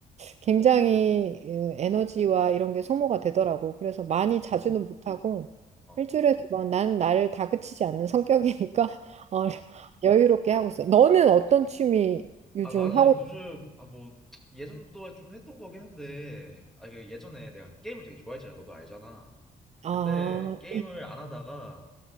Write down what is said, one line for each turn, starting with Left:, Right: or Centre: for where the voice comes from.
Right: 굉장히 어, 에너지와 이런 게 소모가 되더라고. 그래서 많이
Centre: 음.
Right: 자주는 못하고
Centre: 어.
Right: 일주일에 두 번. 난 나를 다그치지 않는 성격이니까 <laughs> 어,
Centre: 음.
Right: 여유롭게 하고 있어. 너는 어떤 취미 요즘
Centre: 아, 나는
Right: 하고,
Centre: 요즘
Right: 있-
Centre: 아 뭐 예전부터 좀 했던 거긴 한데 아 그 예전에 내가 게임을 되게 좋아했잖아. 너도 알잖아.
Right: 아.
Centre: 근데 게임을 안 하다가